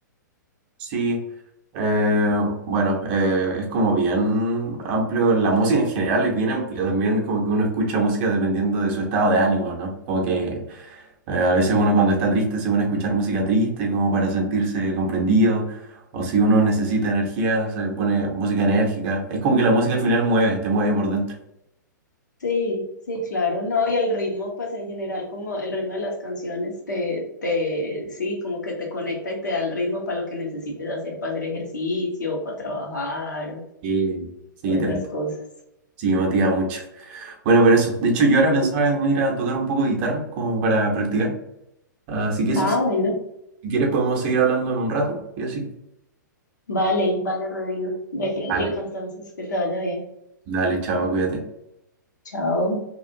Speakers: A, on the right; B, on the left.
A: Sí, eh, bueno, eh, es como bien amplio, la música en general es bien amplia, también como que uno escucha música dependiendo de su estado de ánimo, ¿no? Como que eh, a veces uno cuando está triste se pone a escuchar música triste como para sentirse comprendido, o si uno necesita energía se pone música enérgica, es como que la música al final mueve, te mueve por dentro.
B: Sí, sí, claro, no, y el ritmo, pues en general, como el ritmo de las canciones te, te, sí, como que te conecta y te da el ritmo para lo que necesites hacer, para hacer ejercicio, para trabajar o,
A: Sí, sí,
B: o esas
A: te,
B: cosas.
A: sí, motiva mucho. Bueno, pero eso, de hecho yo ahora pensaba en ir a tocar un poco de guitarra como para practicar, así que eso.
B: Ah,
A: sí.
B: bueno,
A: Si quieres podemos seguir hablando en un rato y así.
B: vale, vale, Rodrigo, de practica
A: Dale,
B: entonces, que te vaya bien.
A: dale, chao, cuídate.
B: Chao.